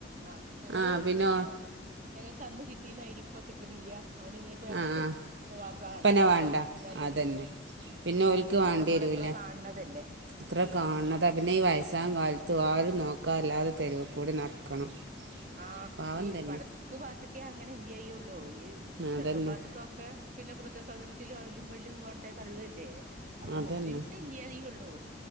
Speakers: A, on the right (about 40°); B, on the right (about 70°).
A: ആ ഞങ്ങള്
B: ആഹ് പിന്നെ
A: ഞങ്ങ ഞങ്ങക്ക് അന്ന് കിട്ടീന്നേരി ഇപ്പ കിട്ട്ണ്ല്യ അഓട്‌ ഇനിയിപ്പോ ഞങ്ങക്ക്
B: ആഹ്
A: പോപ്പ വേണ്ടാ
B: ഇപ്പന്നെ
A: ന്നുള്ള
B: വേണ്ട
A: ഒരു ചിന്താഗതി
B: അതന്നെ
A: വരും ഉ
B: പിന്നെ ഓൽക്ക്
A: അതൊക്കെ
B: വേണ്ടി
A: നമ്മൾ
B: വരൂല
A: എത്രോ കാണണ തല്ലേ.....
B: അത്ര കാണത പിന്നെ ഈ വയസ്സ കാലത്തും ആരും നോക്കാല്ലാതെ തെരുവ് കൂടി നടക്കണം.....
A: ആഹ്
B: പാവം
A: ഈ
B: തന്നെ
A: വടക്ക് പാകത്ത്ക്കേ അങ്ങനെ ഇല്ലായി ഒള്ളൂ ഈ തെക്കമ്പാത്തക്കൊക്കെ
B: അതന്നെ
A: പിന്നെ വൃദ്ധസധനത്തിലും അവലും വ്‌ലും യും കൊണ്ട് തള്ളേ ല്ലേ.... അത്
B: അതന്നെ
A: മുസ്ലിംസെ ഇല്ല്യാ തെയു ള്ളൂ.....